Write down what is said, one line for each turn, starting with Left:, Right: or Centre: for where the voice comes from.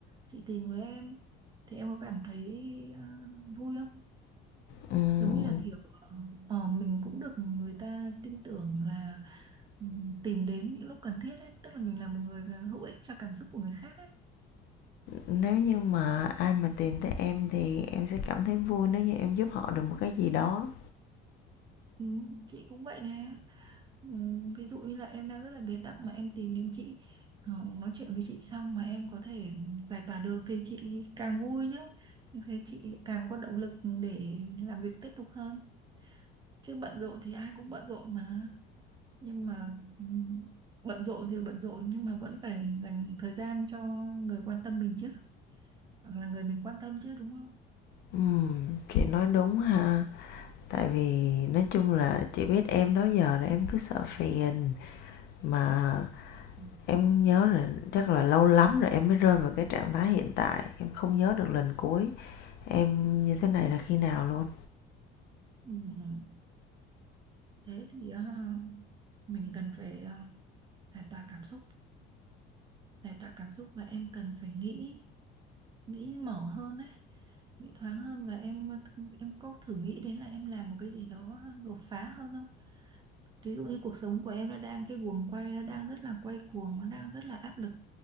Right: chị tìm với em thì em có cảm thấy ờ, vui không
Left: Ừm,
Right: giống như là kiểu ờ, ờ, mình cũng được người ta tin tưởng là ừ, tìm đến những lúc cần thiết ấy tức là mình là một người ờ, hữu ích cho cảm xúc của người khác ấy
Left: nếu như mà ai mà tìm tới em thì em sẽ cảm thấy vui nếu như em giúp họ được một cái gì đó
Right: ừ, chị cũng vậy nè Ừm, ví dụ như là em đang rất là bế tắc mà em tìm đến chị ờ, nói chuyện với chị xong mà em có thể giải tỏa được thì chị càng vui chứ thế chị càng có động lực để làm việc tiếp tục hơn chứ bận rộn thì ai cũng bận rộn mà nhưng mà ừm, bận rộn thì bận rộn nhưng mà vẫn phải dành thời gian cho người quan tâm mình chứ hoặc là người mình quan tâm chứ đúng không
Left: Ừm, chị nói đúng ha tại vì nói chung là chị biết em đó giờ là em cứ sợ phiền mà
Right: Ừm,
Left: em nhớ là chắc là lâu lắm rồi em mới rơi vào cái trạng thái hiện tại em không nhớ được lần cuối em như thế này là khi nào luôn
Right: Ừm, thế thì ờ, mình cần phải ờ, giải tỏa cảm xúc giải tỏa cảm xúc và em cần phải nghĩ nghĩ mở hơn ấy nghĩ thoáng hơn và em em có thử nghĩ đến là em làm một cái gì đó đột phá hơn không ví dụ như cuộc sống của em nó đang cái guồng quay nó đang rất là quay cuồng nó đang rất là áp lực